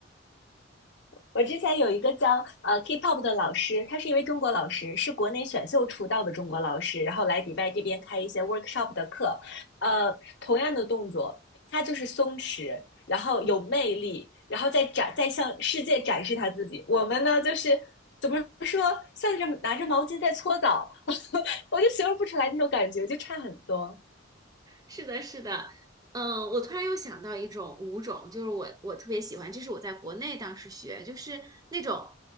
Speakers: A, on the left; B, on the right.
A: 我之前有一个教呃 K-pop 的老师，他是一位中国老师，是国内选秀出道的中国老师，然后来迪拜这边开一些 workshop 的课。呃，同样的动作，他就是松弛，然后有魅力，然后再展再向世界展示他自己。我们呢，就是怎么说，像是拿着毛巾在搓澡，<laughs> 我就形容不出来那种感觉，就差很多。
B: 是的，是的，嗯，我突然又想到一种舞种，就是我我特别喜欢，这是我在国内当时学，就是那种